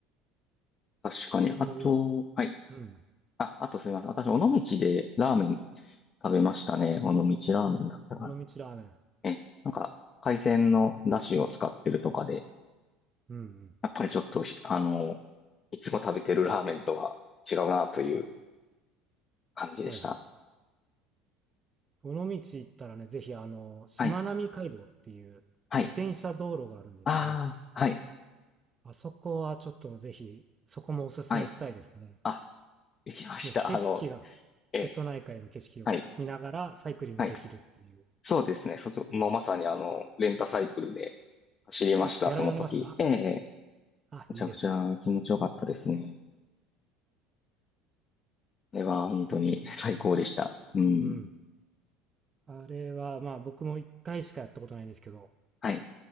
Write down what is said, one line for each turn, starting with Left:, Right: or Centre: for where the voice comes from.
Left: 確かに。
Right: 僕、
Left: あと、はい。
Right: うん、
Left: あ、あとすみません。私、尾道でラーメン食べましたね。尾道ラーメンだったかな。
Right: 尾道ラーメン。
Left: え、なんか、海鮮の出汁を使ってるとかで、
Right: うんうん。
Left: やっぱりちょっとひ、あの、いつも食べてるラーメンとは違うなという感じでした。
Right: はいはい。尾道行ったらね、ぜひあの、しまなみ海道っていう自転車道路があるんですけど、
Left: はい。はい。ああ、はい。
Right: あそこはちょっとぜひ、そこもおすすめしたいですね。
Left: はい。あ、できました。
Right: もう景色が、
Left: あの、
Right: 瀬戸内海の景色を見ながらサイクリングできるっていう。
Left: え、はい。はい。そうですね。そ、そもうまさにあの、レンタサイクルで走りました、
Right: あ、やられました
Left: その時。ええ、ええ
Right: あ、
Left: めちゃくちゃ気持ちよかったですね。
Right: いいですね。
Left: あれは本当に最高でした。うん。
Right: うん。あれは、まあ、僕も1回しかやったことないんですけど、
Left: はい。